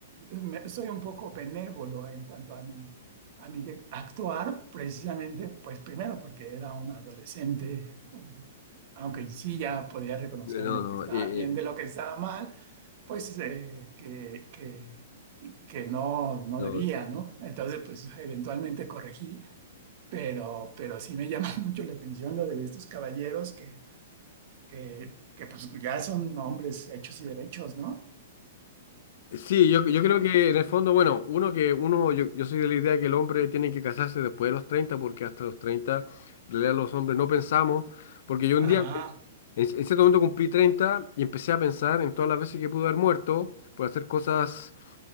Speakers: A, on the right (about 55°); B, on the left (about 60°).
A: me- soy un poco benévolo en cuanto a mi, a mi actuar, precisamente, pues primero porque era un adolescente, um, aunque sí ya podía reconocer
B: No,
A: lo
B: no,
A: que estaba
B: eh, eh,
A: bien de lo que estaba mal, pues eh, que, que, que no, no
B: no,
A: debía, ¿no? Entonces, pues eventualmente corregí pero, pero sí me llama <laughs> mucho la atención lo de estos caballeros que, que, que pues ya son hombres hechos y derechos, ¿no?
B: Sí, yo, yo creo que en el fondo, bueno, uno que uno, yo, yo soy de la idea que el hombre tiene que casarse después de los 30 porque hasta los 30, en realidad los hombres no pensamos, porque yo un día,
A: Ajá.
B: en, en cierto momento cumplí 30 y empecé a pensar en todas las veces que pude haber muerto por hacer cosas